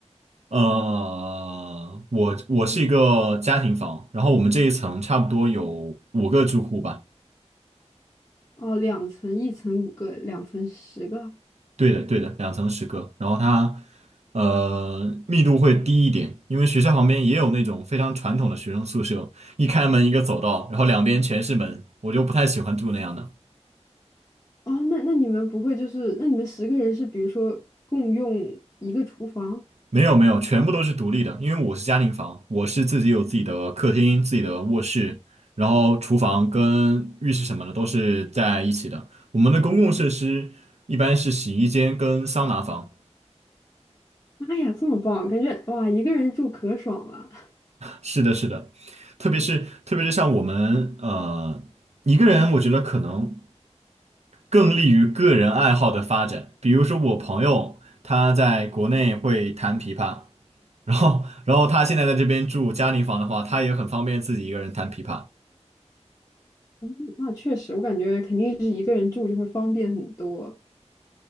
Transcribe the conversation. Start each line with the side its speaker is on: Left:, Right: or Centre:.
Right: 呃，我我是一个家庭房，然后我们这一层差不多有五个住户吧。
Left: 哦，两层，一层五个，两层十个。
Right: 对的，对的，两层十个，然后它呃密度会低一点，因为学校旁边也有那种非常传统的学生宿舍，一开门一个走道，然后两边全是门，我就不太喜欢住那样的。
Left: 哦，那那你们不会就是，那你们十个人是比如说共用一个厨房？
Right: 没有没有，全部都是独立的，因为我是家庭房，我是自己有自己的客厅、自己的卧室，然后厨房跟浴室什么的都是在一起的。我们的公共设施一般是洗衣间跟桑拿房。
Left: 妈呀，这么棒，感觉哇，一个人住可爽了。
Right: 是的，是的，特别是特别是像我们呃一个人，我觉得可能更利于个人爱好的发展。比如说我朋友他在国内会弹琵琶，然后然后他现在在这边住嘉陵房的话，他也很方便自己一个人弹琵琶。
Left: <laughs> 那确实，我感觉肯定是一个人住就会方便很多，